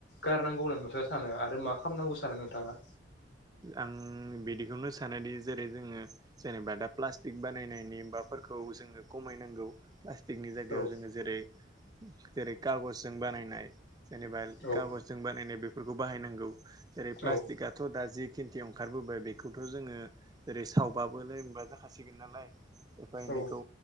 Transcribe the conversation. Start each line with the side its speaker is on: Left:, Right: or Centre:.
Left: गारनांगौ होननानै नोंथाङा सानो आरो मा खालामनांगौ सानो नोंथाङा?
Right: आं बिदिखौनो सानोदि जेरै जोङो जेनेबा दा प्लास्टिक बानायनायनि बा फोर जोङ खमायनांगौ पिकनिक जायगायाव
Left: औ
Right: जोङो जेरै जेरै खागजजों बानायनाय जेनेबा
Left: औ
Right: कागजजों बानायनाय बेफोरखौ बाहायनांगौ जेरै प्लास्टिकआथ'
Left: औ
Right: दा जि खिन्थि ओंखारबोबाय बेखौथ' जोङो जेरै सावबाबलाय मोना जाखासिगोन नालाय एफा एनैखौ
Left: औ